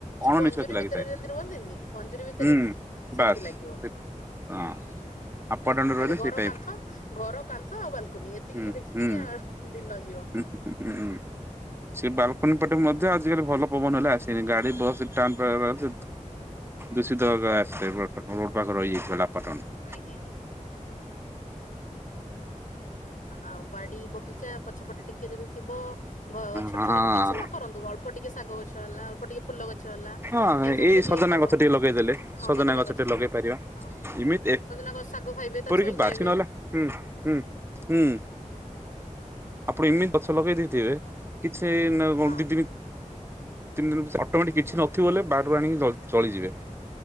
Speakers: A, on the right; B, on the left.
A: ଅଣନିଶ୍ୱାସୀ
B: ପଞ୍ଜୁରୀ
A: ଲାଗିଥାଏ
B: ଭିତରେ ଯେମତି ରୁହନ୍ତିନି, ପଞ୍ଜୁରୀ ଭିତରେ,,,
A: ହୁଁ
B: ସେମିତି
A: ବାସ୍
B: ଲାଗିବ।
A: ହଁ। ଆପାର୍ଟମେଣ୍ଟରେ
B: ଆଜ୍ଞା, ଖାଲି
A: ରହିଲେ
B: ଘର
A: ସେଇ ଟାଇପ
B: କାନ୍ଥ। ଘର କାନ୍ଥ ଆଉ ବାଲକୁନି, ଏତିକି
A: ହୁଁ
B: କି ଦେଖିକିରି
A: ହୁଁ
B: ଦିନ ଯିବ।
A: ହୁଁ ହୁଁ। ସେ ବାଲକୁନି ପଟେ ମଧ୍ୟ ଆଜିକାଲି ଭଲ ପବନ ହେଲେ ଆସିନି। ଗାଡ଼ି ବସ୍ ଷ୍ଟାଣ୍ଡ,,, ଦୂଷିତ ଭାବେ ଆସ, ରୋଡ଼ ପାଖ ରଯାଇଥିଲା ଆପର୍ଟମେଣ୍ଟ।
B: ଆଜ୍ଞା। ଆଉ ବାଡ଼ି ବଗି,,, ପଛପଟେ ଟିକେ ଯଦି ଥିବ, ଛୋଟ
A: ହଁ।
B: ଛୋଟ କିଛି ନ କରନ୍ତୁ। ଅଳ୍ପ ଟିକେ ଶାଗ ଗଛ,,, ଗ ହେଲା, ଅଳ୍ପ ଟିକେ ଫୁଲ ଗଛ ହେଲା,
A: ହଁ
B: ଏଇ ସବୁ ଯଦି
A: ସଜନା
B: ହେଇଥିବ,
A: ଗଛ ଟିକେ ଲଗେଇଦେଲେ
B: ହଁ ସଜନା ଗଛ ଟିକେ।
A: ଲଗେଇ ପାରିବା
B: ହଁ,
A: ଏମିତି
B: ସଜନା ଗ ଶାଗ ଖାଇବେ,
A: ଏପରିକି
B: ତା ଛୁଇଁ
A: ବାଛି
B: ଖାଇବେ।
A: ନହେଲା ହୁଁ, ହୁଁ, ହୁଁ। ଆପଣ ଏମିତି ଗଛ ଲଗେଇ ଦେଇଥିବେ। କିଛି
B: ହଁ
A: ଦିଦିନ,, ଦୁଇ ତିନିଦିନ୍ ଅଟମେଟିକ୍ କିଛି ନଥିବ ବ ବୋଲେ, ବାଡ଼ିରୁ ଆଣିକି ଜଲ୍ଦୀ ଚଳି ଯିବେ।